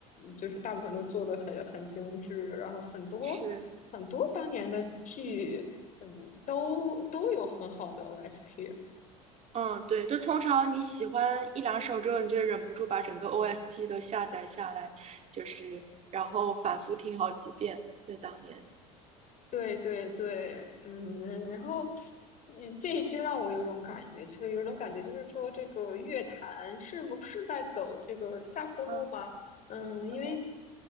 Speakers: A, on the left; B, on the right.
A: 就是大部分都做的很很精致，然后很多
B: 是，
A: 很多当年的剧。嗯，都都有很好的 OST，
B: 嗯，对，就通常你喜欢一两首之后，你就忍不住把整个 OST 都下载下来，就是然后反复听好几遍，就当年，
A: 对对对，嗯，然后，嗯，这就让我有种感觉，就有种感觉，就是说这个乐坛是不是在走这个下坡路吗？
B: 嗯
A: 嗯，因为
B: 嗯，